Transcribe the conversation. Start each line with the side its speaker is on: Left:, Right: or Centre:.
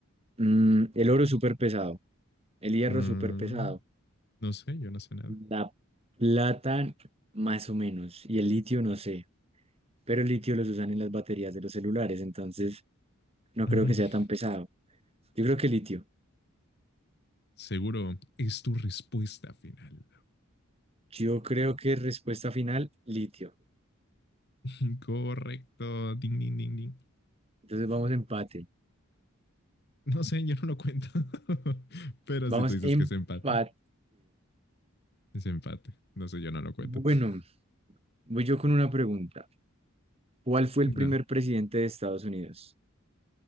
Right: Mm, el oro súper pesado, el hierro
Left: Mm,
Right: súper pesado.
Left: no sé, yo no sé nada.
Right: La plata, más o menos, y el litio, no sé, pero el litio los usan en las baterías de los celulares, entonces no
Left: <laughs>
Right: creo que sea tan pesado. Yo creo que litio.
Left: Seguro es tu respuesta final.
Right: Yo creo que respuesta final, litio.
Left: <laughs> Correcto. Ding, ding, ding, ding.
Right: Entonces vamos empate.
Left: No sé, yo no lo cuento. <laughs> Pero
Right: Vamos
Left: si tú dices
Right: empate.
Left: que es empate, es empate. No sé, yo no lo cuento.
Right: Bueno,
Left: <laughs>
Right: voy yo con una pregunta. ¿Cuál fue
Left: No.
Right: el primer presidente de Estados Unidos?